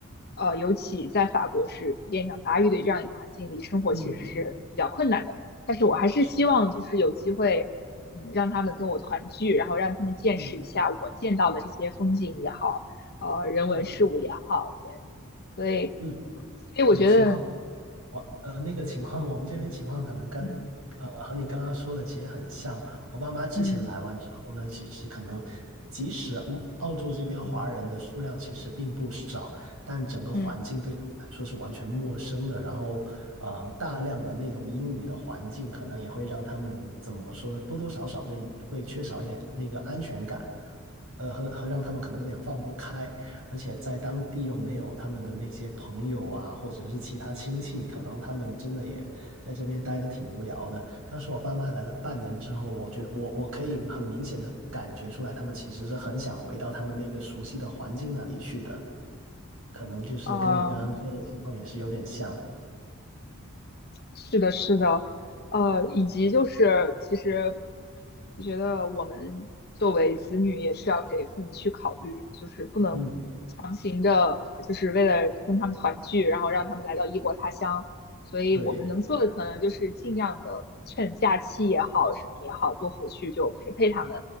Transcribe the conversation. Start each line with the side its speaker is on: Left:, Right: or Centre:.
Left: 呃尤其在法国是普遍讲法语的这样一个环境里，生活其实是比较困难的。
Right: 嗯，
Left: 但是我还是希望就是有机会。
Right: 是
Left: 嗯，让他们跟我团聚，然后让他们见识一下我见到的这些风景也好，
Right: 嗯
Left: 呃，人文事物也好，
Right: 是的，
Left: 对，所以，
Right: 嗯，
Left: 所以我觉得，
Right: 对，情况。我呃，那个情况，我们这边情况可能刚，
Left: 嗯
Right: 呃和你刚刚说的其实很像。我爸妈之前来完之后呢，
Left: 嗯
Right: 其实可能即使嗯澳洲这边华人的数量其实并不少，
Left: 嗯
Right: 但整个环境对他们来说是完全陌生的。
Left: 嗯，
Right: 然后，嗯、大量的那种英语的环境，可能也会让他们怎么说呢？多多少少会会缺少一点那个安全感，呃，和和让他们可能有点放不开。而且在当地又没有他们的那些朋友啊，或者是其他亲戚，可能他们真的也在这边待的挺无聊的。当时我爸妈来了半年之后，我觉得我我可以很明显的感觉出来，他们其实是很想回到他们那个熟悉的环境那里去的，可能就是跟你刚刚说的情况也是有点像。
Left: 哦、呃是的，是的，呃，以及就是其实我觉得我们作为子女也是要给父母去考虑，就是不能强行的，
Right: 嗯，
Left: 就是为了跟他们团聚，然后让他们来到异国他乡。所以我们能做的可能就是尽量的趁假期也好，
Right: 对，
Left: 什么也好，多回去就陪陪他们，